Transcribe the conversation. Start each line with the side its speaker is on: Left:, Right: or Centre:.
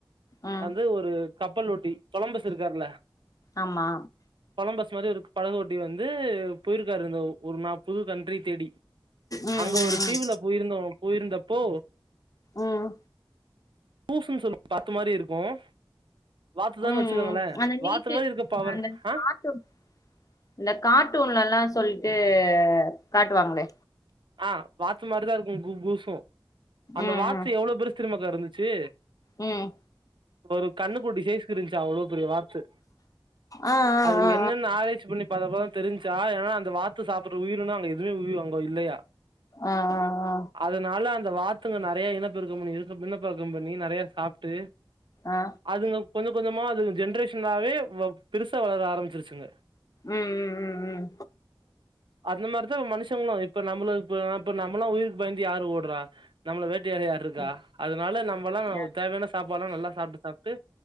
Left: ம்
Right: அது ஒரு கப்பலோட்டி கொலம்பஸ் இருக்காருல்ல.
Left: ஆமா
Right: கொலம்பஸ் மாதிரி ஒரு படகோட்டி வந்து போயிருக்காரு அந்த ஒரு நா புது கண்ட்ரி தேடி.
Left: ம்
Right: அங்க
Left: ம்
Right: ஒரு
Left: ம்
Right: தீவுல போயிருந்தோ போயிருந்தப்போ
Left: ம்
Right: பூஃப்புன் சொல்லி வாத்து மாரி இருக்கும் வாத்துதான்னு
Left: ம்
Right: வச்சுக்கோங்களே
Left: ம் அந்த நீட்டு
Right: வாத்து மாரி இருக்கு பவர்
Left: அந்த
Right: அ
Left: கார்ட்டூன் இந்த கார்ட்டூன்லல்லா சொல்ட்டு காட்டுவாங்களே
Right: ஆ வாத்து மாதிரிதா இருக்கும் <unintelligible> அந்த
Left: ம்
Right: வாத்து
Left: ம்
Right: எவ்வளோ பெருஸ்தெரிம்மாக்கா இருந்துச்சு
Left: ம்
Right: ஒரு கண்ணுக்குட்டி சைஸ்கு இருந்துச்சு அவ்வளோ பெரிய வாத்து.
Left: ஆ ஆ
Right: அது
Left: ஆ
Right: என்னன்னு ஆராய்ச்சிப் பண்ணி அப்பதாப்பதா தெரிஞ்சா ஏன்னா அந்த வாத்து சாப்புட்ற உயிருன அங்க எதுவேஉய்யே அங்க இல்லையா
Left: ஆ ஆ ஆ
Right: அதுனால அந்த வாத்துங்க நெறைய இனப்பெருக்கம் பண்ணி இனப்பெருக்கம் பண்ணி நெறையா சாப்ட்டு
Left: ஆ
Right: அதுங்க கொஞ்ச கொஞ்சமா அதுங்க ஜென்ரேஷன்லாவே வ பெருசா வளர ஆரமிச்சிருச்சுங்க
Left: ம் ம் ம் ம் ம்
Right: அந்த மாரிதா மனுஷங்களு இப்ப நம்மளுக் இப்ப நா நம்மல்லா உயிருக் பயந்து யாரு ஓடுறா நம்மள வேட்டயாட யார் இருக்கா
Left: ம்
Right: அதனால நம்மல்லா
Left: யா
Right: தேவையான சாப்பாடுல்லா நல்லா சாப்ட்டு சாப்ட்டு